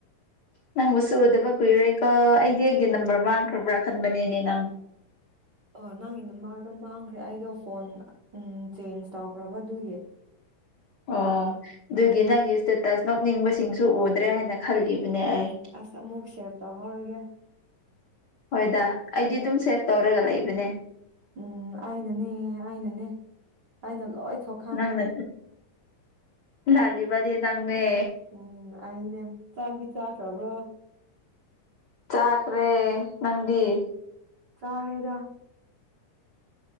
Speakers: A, on the left; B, on the right.
A: ꯅꯪꯕꯨꯁꯨ ꯎꯗꯕ ꯀꯨꯏꯔꯦꯀꯣ ꯑꯩꯗꯤ ꯑꯩꯒꯤ ꯅꯝꯕꯔ ꯃꯥꯡꯈ꯭ꯔꯕ꯭ꯔꯥ ꯈꯟꯕꯅꯦꯅꯦ ꯅꯪ꯫
B: ꯑꯣ ꯅꯪꯒꯤ ꯅꯝꯃꯥꯔꯗꯣ ꯃꯥꯡꯈ꯭ꯔꯦ ꯑꯩꯗꯣ ꯐꯣꯟ ꯎꯝ ꯆꯦꯟꯖ ꯇꯧꯈ꯭ꯔꯕ ꯑꯗꯨꯒꯤ꯫
A: ꯑꯣ ꯑꯗꯨꯒꯤ ꯅꯪꯒꯤ ꯏꯁꯇꯦꯇꯁ ꯅꯣꯛꯅꯤꯡꯕꯁꯤꯡꯁꯨ ꯎꯗ꯭ꯔꯦ ꯍꯥꯏꯅ ꯈꯜꯂꯤꯕꯅꯦ ꯑꯩ꯫
B: ꯎꯝ ꯑꯁ ꯑꯃꯨꯛ ꯁꯦꯞ ꯇꯧꯍꯧꯔꯒꯦ꯫
A: ꯍꯣꯏꯗ ꯑꯩꯗꯤ ꯑꯗꯨꯝ ꯁꯦꯞ ꯇꯧꯔꯒ ꯂꯩꯕꯅꯦ꯫
B: ꯎꯝ ꯑꯩꯅꯅꯤ ꯑꯩꯅꯅꯦ ꯑꯩꯅ ꯂꯣꯏ ꯊꯣꯛ
A: ꯅꯪꯅ ꯂꯥꯜꯂꯤꯕꯗꯤ ꯅꯪꯅꯦ꯫
B: ꯎꯝ ꯑꯩꯅꯦ ꯆꯥꯛꯗꯤ ꯆꯥꯈ꯭ꯔꯕ꯭ꯔꯣ?
A: ꯆꯥꯈ꯭ꯔꯦ ꯅꯪꯗꯤ?
B: ꯆꯥꯔꯦꯗ